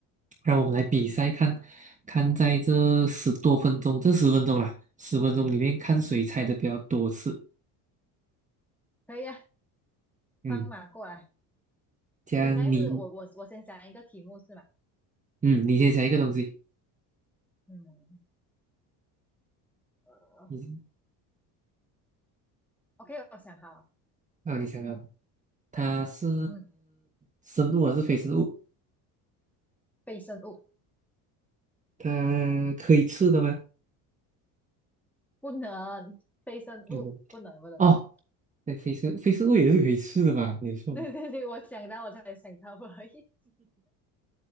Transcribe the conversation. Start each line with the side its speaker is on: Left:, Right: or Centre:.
Right: 让我们来比赛看，
Centre: 嗯，
Right: 看在这十多分钟，这十分钟啦，十分钟里面看谁猜的比较多次。
Centre: 可以呀、
Right: 嗯，
Centre: 放马过来。
Right: 这样你
Centre: 所以现在是我我我先想一个题目是吗？
Right: 嗯，你先想一个东西，
Centre: 嗯呃
Right: 你
Centre: ，OK，我想好了
Right: 啊，你想啊，它是
Centre: 嗯，
Right: 生物还是非生物？
Centre: 非生物
Right: 它可以吃的吗？
Centre: 不能，非生物不能不能不能，
Right: 哦不，哦，那非生非生物也是可以吃的吧？
Centre: <laughs>
Right: 没错，
Centre: 对对对，我想到我才想到而已。